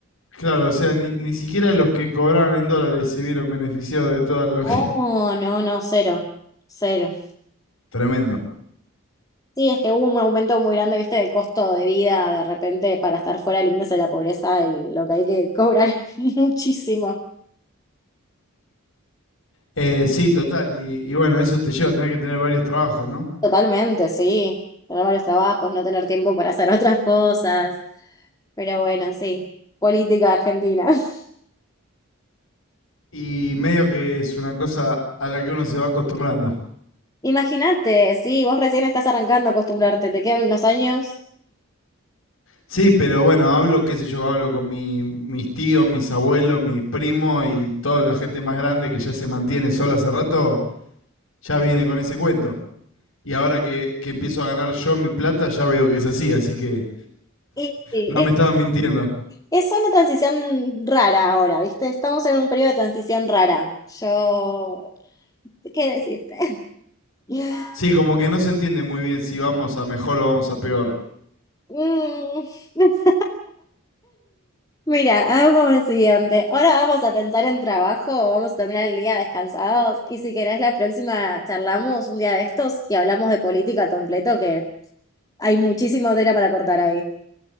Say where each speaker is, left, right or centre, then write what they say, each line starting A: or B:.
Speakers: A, on the left; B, on the left.
A: Claro, o sea, ni, ni siquiera los que cobraban en dólares se vieron beneficiados de todo lo
B: Oh,
A: que...
B: no, no, cero, cero.
A: <laughs> Tremendo.
B: Sí, es que hubo un aumento muy grande, viste, de costo de vida, de repente para estar fuera del índice de la pobreza, el- lo que hay que cobrar <laughs> es muchísimo.
A: Eh, sí, total. Y, y bueno, eso te lleva a tener que tener varios trabajos, ¿no?
B: Totalmente, sí. Tener varios trabajos, no tener tiempo para hacer <laughs> otras cosas. Pero bueno, sí. Política argentina. <laughs>
A: Y medio que es una cosa a la que uno se va acostumbrando.
B: Imagínate, sí, vos recién estás arrancando a acostumbrarte, te quedan unos años.
A: Sí, pero bueno, hablo, qué sé yo, hablo con mi- mis tíos, mis abuelos, mis primos y toda la gente más grande que ya se mantiene sola hace rato, ya viene con ese cuento. Y ahora que, que empiezo a ganar yo mi plata, ya veo que es así, así que
B: Y sí,
A: no
B: es,
A: me estaban mintiendo.
B: es una transición rara ahora, ¿viste? Estamos en un periodo de transición rara. Yo, ¿qué decirte? <laughs>
A: Sí, como que no se entiende muy bien si vamos a mejor o vamos a peor.
B: Mm. <laughs> Mira, hagamos lo siguiente. Ahora vamos a pensar en trabajo, vamos a terminar el día descansados y si querés la próxima charlamos un día de estos y hablamos de política completo, que hay muchísima tela para cortar ahí.